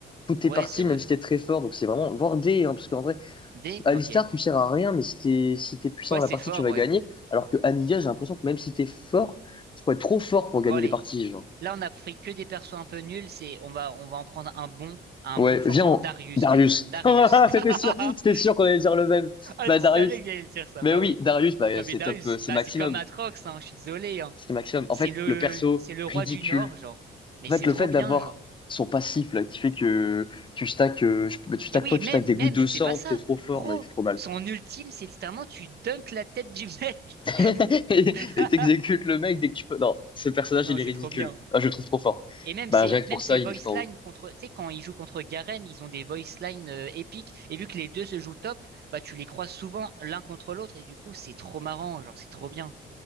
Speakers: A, on the left (about 25°); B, on the right (about 55°).
A: toutes tes
B: ouais,
A: parties,
B: c'est vrai.
A: même si t'es très fort. Donc c'est vraiment, voire D, hein, parce qu'en vrai,
B: D,
A: Alistar,
B: ok.
A: tu sers à rien, mais si t'es, si t'es puissant
B: Ouais,
A: dans
B: c'est
A: la partie,
B: fort,
A: tu vas
B: ouais.
A: gagner. Alors que Anivia, j'ai l'impression que même si t'es fort, tu peux être trop fort pour gagner
B: Bon allez.
A: les parties, genre.
B: Là, on a pris que des persos un peu nuls. C'est, on va, on va en prendre un bon, un
A: Ouais,
B: bon forcément
A: viens, on-
B: Darius,
A: Darius.
B: mec. Darius.
A: <laughs> Ah,
B: <laughs>
A: C'était sûr, c'était sûr qu'on allait dire le même.
B: Ah,
A: Bah,
B: tu
A: Darius.
B: savais que j'allais le dire ça.
A: Mais
B: Bah
A: oui,
B: oui.
A: Darius, bah,
B: Non,
A: c'est
B: mais Darius,
A: top, euh, c'est
B: bah
A: maximum.
B: c'est comme Atrox, hein. Je suis désolé, hein.
A: C'est maximum. En
B: C'est
A: fait,
B: le,
A: le perso
B: c'est le
A: ridicule,
B: roi du Nord, genre. Mais
A: En
B: c'est
A: fait, le
B: trop
A: fait d'avoir
B: bien, genre.
A: son passif là, qui fait que tu stacks, euh, je- bah, tu stacks
B: Et oui,
A: quoi? Tu
B: même,
A: stacks des
B: même,
A: gouttes de sang,
B: c'est pas ça.
A: t'es trop fort,
B: Gros,
A: non, il fait trop mal.
B: son ultime, c'est littéralement tu dunkes la tête du mec.
A: <laughs>
B: <laughs>
A: Et t'exécutes le mec dès que tu peux. Non, ce personnage,
B: Non,
A: il est
B: c'est
A: ridicule.
B: trop bien.
A: Ah, je le trouve trop fort.
B: Et même
A: Bah,
B: ces,
A: rien que
B: même
A: pour ça,
B: ces
A: il
B: voice
A: est tout en
B: lines
A: haut.
B: contre, tu sais, quand ils jouent contre Garen, ils ont des voice lines euh, épiques. Et vu que les deux se jouent top, bah, tu les croises souvent l'un contre l'autre. Et du coup, c'est trop marrant. Genre, c'est trop bien.